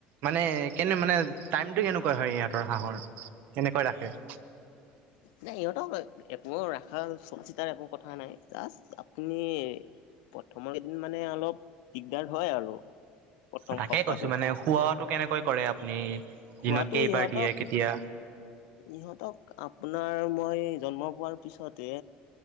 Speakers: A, on the right; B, on the left.
A: মানে কেনে মানে টাইমতটো কেনেকুৱা হয় ইহঁতৰ হাঁহৰ কেনেকৈ ৰাখে।
B: নাই ইহঁতক একো ৰাখা চোৱা চিতাৰ একো কথা নাই জাছ আপুনি, প্ৰথমৰ কেইদিন মানে অলপ দিগদাৰ হয় আৰু প্ৰথম
A: তাকে
B: সপ্তাহটোত
A: কৈছো মানে শুৱাতটো কেনেকৈ কৰে আপুনি দিনত
B: খোৱাটো
A: কেই
B: ইহঁতক
A: বাৰ দিয়ে কেতিয়া,
B: ইহঁতক আপোনাৰ মই জন্ম পোৱাৰ পিছতে,